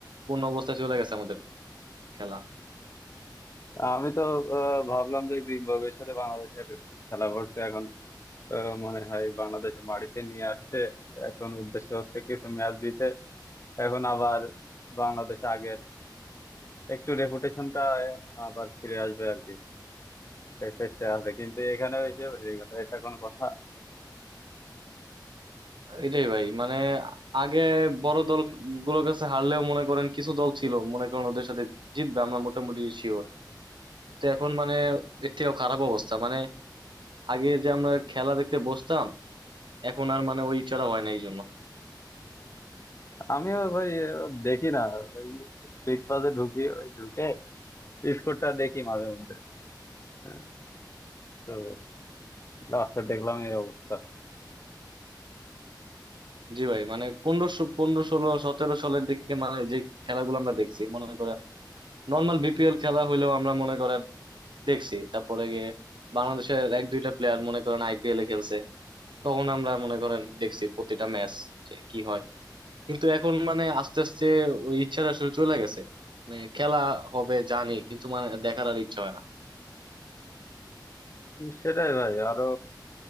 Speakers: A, on the right; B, on the left.
A: কোন অবস্থায় চলে গেছে আমাদের খেলা
B: আমি তো আহ, ভাবলাম যে জিম্বাবুয়ের সাথে বাংলাদেশের খেলা পড়ছে এখন আহ, মনে হয় বাংলাদেশে মাটিতে নিয়ে আসছে এখন উদ্দেশ্য হচ্ছে কিছু ম্যাচ দিতে এখন আবার বাংলাদেশ আগের একটু রেপুটেশনটা আবার ফিরে আসবে আর কি প্যাকেজটা আছে কিন্তু এখানে এসে হেরে গেল এটা কোনো কথা
A: এটাই ভাই মানে আগে বড় দল গুলোর কাছে হারলেও মনে করেন কিছু দল ছিল মনে করেন ওদের সাথে জিতবে আমরা মোটামুটি শিওর তো এখন মানে এর থেকেও খারাপ অবস্থা মানে আগে যে আমরা খেলা দেখতে বসতাম এখন আর মানে ওই ইচ্ছাটা হয় না এই জন্য
B: আমিও ভাই আহ, দেখি না ওই ট্রিক বাজে ঢুকি ওই ঢুকে স্কোরটা দেখি মাঝে মধ্যে হ্যাঁ, তো লাস্টে দেখলাম এই অবস্থা
A: জি ভাই মানে পনেরোশো পনেরো ষোলো সতেরো সালের দিকে মানে যে খেলাগুলো আমরা দেখছি মনে করেন নর্মাল বিপিএল খেলা হইলেও আমরা মনে করেন দেখছি তারপরে গিয়ে বাংলাদেশের এক দুইটা প্লেয়ার মনে করেন আইপিএল এ খেলছে তখন আমরা মনে করেন দেখছি প্রতিটা ম্যাচ যে কি হয় কিন্তু এখন মানে আস্তে আস্তে ওই ইচ্ছাটা আসলে চলে গেছে মানে খেলা হবে জানি কিন্তু মানে দেখার আর ইচ্ছা হয় না
B: সেটাই ভাই আরো